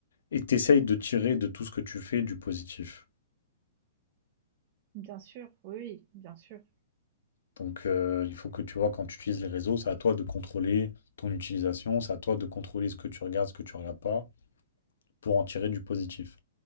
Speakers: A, on the left (about 80°); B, on the right (about 40°).
A: et tu de tirer de tout ce que tu fais du positif.
B: Bien sûr, oui, oui, bien sûr.
A: Donc heu, il faut que tu vois, quand tu utilises les réseaux, c'est à toi de contrôler ton utilisation, c'est à toi de contrôler ce que tu regardes, ce que tu regardes pas. pour en tirer du positif.